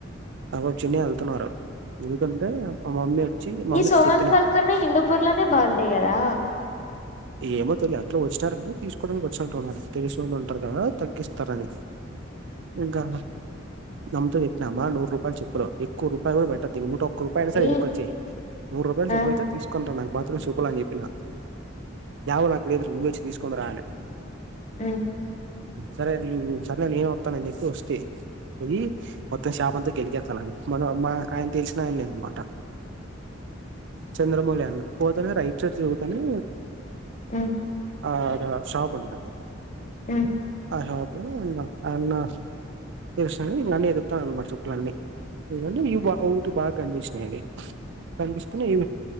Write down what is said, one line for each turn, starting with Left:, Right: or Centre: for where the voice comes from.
Right: అగో చిన్ని వెళ్తున్నారు. ఎందుకంటే మా మమ్మీ వచ్చి మమ్మీకి
Left: ఈ సోమంత్
Right: చెప్పిన
Left: పల్కర్నే హిందూపూర్ లోనే బాగుంటాయి కదా
Right: ఏమో తెలిదు ఎట్ల వచ్చినారు అని తీసుకోడానికి వచ్చినట్టు ఉన్నారు. తెలిసిన వాళ్లు ఉంటారు కదా తగ్గిస్తారని ఇంకా అమ్మతో చెప్పినామ నూరు రూపాయలు చెప్పులు ఎక్కువ రూపాయ కూడా పెట్టకు <unintelligible> ఒక రూపాయయినా సరే
Left: ఈ
Right: ఎనక్కొచ్చెయ్. నూరు రూపాయల
Left: ఆ
Right: చెప్పులయితే తీసుకొని రా బాత్రూమ్ చెప్పులు అని చెప్పిన ఏమో నాకు తెలీదు నువ్వే వచ్చి తీసుకొని రా అనా
Left: ఆ
Right: సరే నేను సర్లే నేనే వత్తానని చెప్పి వస్తి కొని అంత షాప్ అంతా గెలికేత్తానని మన అమ్మ ఆయన తెలిసినాయనే అనమాట చంద్రమౌలి అన్న పోత వీరయ్ షర్ట్ సినుగుతానే
Left: ఆ
Right: ఆ షాప్ అంటారు
Left: ఆ
Right: లోపలికి ఎళ్దాం ఇగ <unintelligible> <unintelligible> మరి చెప్పులన్నీ ఇవండీ మా <unintelligible> కనిపిచ్చినాయి అవి కనిపిస్తున్నా ఈగో